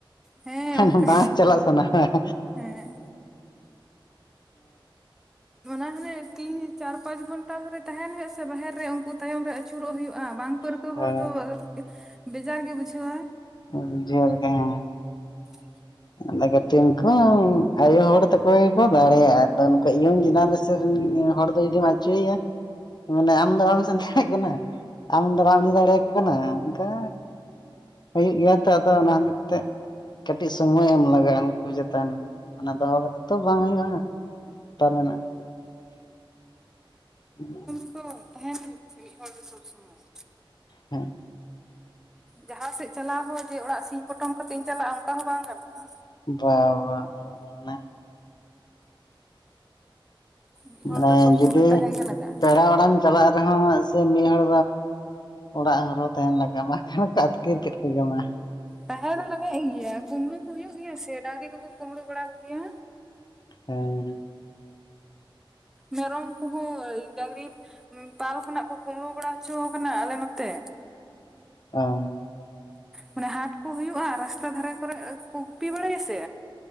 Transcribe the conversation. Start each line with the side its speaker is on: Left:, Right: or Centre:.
Centre: ᱦᱮᱸ
Left: ᱟᱫᱚ
Centre: ᱚᱱᱠᱟ
Left: ᱵᱟᱝ ᱪᱟᱞᱟᱜ ᱥᱟᱱᱟ ᱦᱟᱸ
Centre: ᱦᱮᱸ ᱚᱱᱟ ᱦᱟᱱᱮ ᱛᱤᱱ ᱪᱟᱨ ᱯᱟᱸᱪ ᱜᱷᱚᱱᱴᱟ ᱫᱷᱚᱨᱮ ᱛᱟᱦᱮᱱ ᱦᱩᱭᱩᱜ ᱥᱮ ᱵᱟᱦᱮᱨ ᱨᱮ ᱩᱝᱠᱩ ᱛᱟᱭᱚᱢ ᱨᱮ ᱟᱹᱪᱩᱨᱚᱜ ᱦᱩᱭᱩᱜ-ᱟ ᱵᱟᱝ ᱯᱟᱹᱨᱠᱟᱹᱣ
Left: ᱠᱟᱛᱷᱟ
Centre: ᱦᱚᱲ ᱫᱚ ᱟᱫᱚ ᱵᱮᱡᱟᱨ ᱜᱮ ᱵᱩᱡᱷᱟᱹᱣᱟ
Left: <unintelligible> ᱜᱮ ᱦᱮᱸ
Centre: <inaudible>
Left: ᱟᱫᱚ ᱠᱟᱹᱴᱤ ᱩᱝᱠᱩ ᱦᱚᱸ ᱟᱭᱳ ᱦᱚᱲ ᱛᱟᱠᱚ ᱜᱮᱠᱚ ᱫᱟᱲᱮᱭᱟᱜ-ᱟ ᱟᱫᱚ ᱱᱩᱠᱩ ᱤᱭᱚᱝ ᱡᱮᱱᱟᱨᱮᱥ <unintelligible> ᱦᱚᱲ ᱫᱚ ᱡᱩᱫᱤᱢ ᱟᱹᱪᱚᱭᱭᱟ ᱢᱟᱱᱮ ᱟᱢ ᱫᱚ ᱵᱟᱢ ᱥᱮᱱ ᱫᱟᱲᱮᱭᱟᱜ ᱠᱟᱱᱟ ᱟᱢ ᱫᱚ ᱵᱟᱢ ᱤᱫᱤ ᱫᱟᱲᱮᱭᱟᱠᱚ ᱠᱟᱱᱟ ᱚᱝᱠᱟ ᱦᱩᱭᱩᱜ ᱜᱮᱭᱟ ᱛᱚ ᱟᱫᱚ ᱚᱱᱟ ᱦᱟᱛᱮ ᱛᱮ ᱠᱟᱹᱴᱤᱡ ᱥᱚᱢᱚᱭ ᱮᱢ ᱞᱟᱜᱟᱜ-ᱟ ᱩᱱᱠᱩ ᱪᱮᱛᱟᱱ ᱚᱱᱟ ᱫᱚᱦᱚᱸ ᱠᱟᱛᱮᱜ ᱛᱚ ᱵᱟᱝ ᱦᱩᱭᱩᱜ-ᱟ ᱛᱟᱨ ᱢᱮᱱᱟᱜ-ᱟ <inaudible>
Centre: ᱦᱩᱸ ᱛᱟᱦᱮᱱ ᱦᱩᱭᱩᱜ-ᱟ ᱢᱤᱫ ᱦᱚᱲ ᱫᱚ ᱥᱚᱵᱽ ᱥᱚᱢᱚᱭ
Left: ᱦᱮᱸ
Centre: ᱡᱟᱦᱟᱸ ᱥᱮᱜ ᱪᱟᱞᱟᱣ ᱦᱚᱸ ᱡᱮ ᱚᱲᱟᱜ ᱥᱤᱧ ᱯᱚᱴᱚᱢ ᱠᱟᱛᱮᱧ ᱪᱟᱞᱟᱜ-ᱟ ᱚᱱᱠᱟ ᱦᱚᱸ ᱵᱟᱝ ᱜᱟᱱᱚᱜ-ᱟ
Left: ᱵᱟ ᱵᱟ ᱵᱟ
Centre: ᱢᱤᱫ ᱦᱚᱲ
Left: ᱢᱟᱱᱮ
Centre: ᱫᱚ ᱥᱚᱵ
Left: ᱡᱩᱫᱤ
Centre: ᱥᱚᱢᱚᱭ ᱛᱟᱦᱮᱸ ᱜᱮ ᱞᱟᱜᱟᱜᱼᱟ
Left: ᱯᱮᱲᱟ ᱚᱲᱟᱢ ᱪᱟᱞᱟᱜ ᱨᱮᱦᱚᱸ ᱥᱮ ᱢᱤᱫ ᱦᱚᱲ ᱚᱲᱟᱜ ᱦᱚᱨᱚ ᱛᱟᱦᱮᱱ ᱞᱟᱜᱟᱜ ᱵᱟᱝᱠᱷᱟᱱ ᱠᱚ ᱟᱹᱛᱠᱤᱨ ᱠᱮᱫ ᱠᱚ ᱠᱮᱢᱟ
Centre: ᱛᱟᱦᱮᱸ ᱫᱚ ᱞᱟᱜᱟᱜ ᱜᱮᱭᱟ ᱠᱩᱢᱲᱩ ᱠᱚ ᱦᱩᱭᱩᱜ ᱜᱮᱭᱟ ᱥᱮ ᱰᱟᱝᱨᱤ ᱠᱚᱠᱚ ᱠᱩᱢᱲᱩ ᱵᱟᱲᱟ ᱠᱚᱜᱮᱭᱟ
Left: ᱦᱮᱸ
Centre: ᱢᱮᱨᱚᱢ ᱠᱚᱦᱚᱸ ᱰᱟᱝᱨᱤ ᱯᱟᱞ ᱠᱷᱚᱱᱟᱜ ᱠᱚ ᱠᱩᱢᱲᱩ ᱵᱟᱲᱟ ᱦᱚᱪᱚᱣ ᱠᱟᱱᱟ ᱟᱞᱮ ᱱᱚᱛᱮ
Left: ᱚ
Centre: ᱢᱟᱱᱮ ᱦᱟᱴ ᱠᱚ ᱦᱩᱭᱩᱜ-ᱟ ᱨᱟᱥᱛᱟ ᱫᱷᱟᱨᱮ ᱠᱚᱨᱮ ᱠᱚ ᱜᱩᱯᱤ ᱵᱟᱲᱟᱭᱟ ᱥᱮ